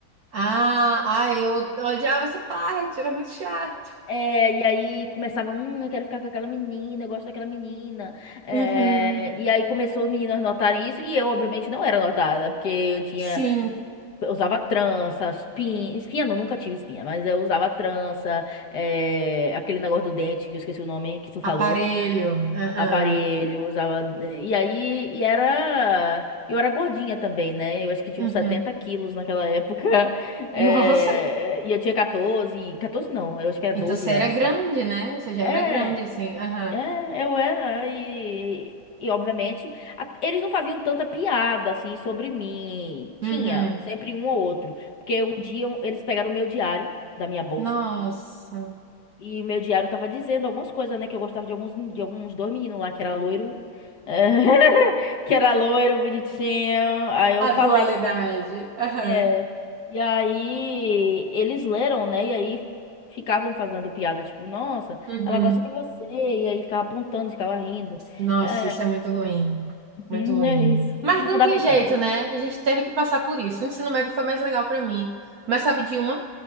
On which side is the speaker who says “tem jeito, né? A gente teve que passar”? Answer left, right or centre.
Right